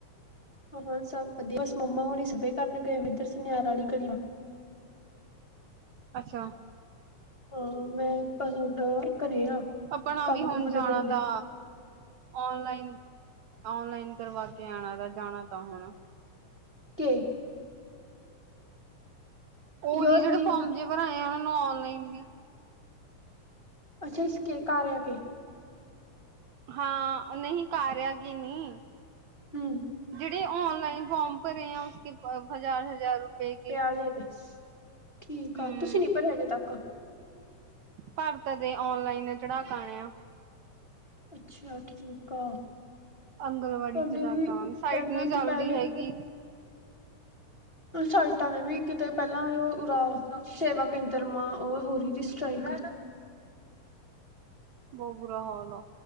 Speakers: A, on the left; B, on the right.
A: ਹਾਂ, ਸਭ ਵਧੀਆ। ਬਸ ਮੰਮਾ ਹੁਣੀ ਸਪਰੇ ਕਰਨ ਗਏ ਇੱਧਰ ਸੁਨਿਆਰ ਵਾਲੀ ਗਲੀਆਂ।
B: ਅੱਛਾ।
A: ਅ ਮੈਂ ਪੰਜ ਮਿੰਟ ਘਰੇ ਆ।
B: ਆਪਣਾ ਵੀ
A: ਕੰਮ
B: ਹੁਣ
A: ਕੁਮ
B: ਜਾਣਾ
A: ਨਿਬੇੜ
B: ਤਾ ਓਨਲਾਈਨ। ਔਨਲਾਈਨ ਕਰਵਾ ਕੇ ਆਣਾ ਤਾ ਜਾਣਾ ਤਾਂ ਹੁਣ।
A: ਕੇ।
B: ਉਹੀ
A: ਯਾਰ
B: ਜਿਹੜੇ
A: ਹੀ
B: ਫੋਰਮ ਜੇ ਭਰਾਏ ਆ, ਉਹਨਾਂ ਨੂੰ ਔਨਲਾਈਨ ਵੀ।
A: ਅੱਛਾ ਇਸ ਕੇ ਕਾਰਿਆ ਕੇ।
B: ਹਾਂ ਨਹੀਂ ਕਾਰਿਆ ਕੇ ਨੀ।
A: ਹੂੰ
B: ਜਿਹੜੇ ਔਨਲਾਈਨ ਫੋਮ ਭਰੇ ਹੈ, ਉਸ ਕੇ ਹਜ਼ਾਰ -ਹਜ਼ਾਰ ਰੁਪਏ ਕੇ।
A: ਅਜੇ ਨੀ ਠੀਕ
B: ਹੂੰ
A: ਆ, ਤੁਸੀਂ ਨੀ ਭਰੇ ਹਜੇ ਤੱਕ।
B: ਭਰ ਤਾਂ ਦੇ ਔਨਲਾਈਨ ਚੜਾ ਕੇ ਆਣੇ ਆ।
A: ਅੱਛਾ ਠੀਕ ਆ,
B: ਆਂਗਣਵਾੜੀ
A: ਤੁਹਾਡੇ
B: ਚ ਡਾਕ
A: ਵੀ
B: ਆਵਾਂਗੇ ਸਾਈਟ
A: ਪਹਿਲਾਂ
B: ਨੀ ਚੱਲਦੀ
A: ਦੁਪਹਿਰੇ
B: ਹੈਗੀ
A: ਇੱਧਰ। ਸਾਈਟਾਂ ਨੇ ਵੀ ਕਿਤੇ ਪਹਿਲਾਂ ਉਹ ਉਰਾ ਸੇਵਾ ਕੇਂਦਰਾ ਮਾਂ ਉਹ ਹੋ ਰਹੀ ਸੀ ਸਟਰਾਈਕ
B: <unintelligible> ਬੋ ਬੁਰਾ ਹਾਲ ਆ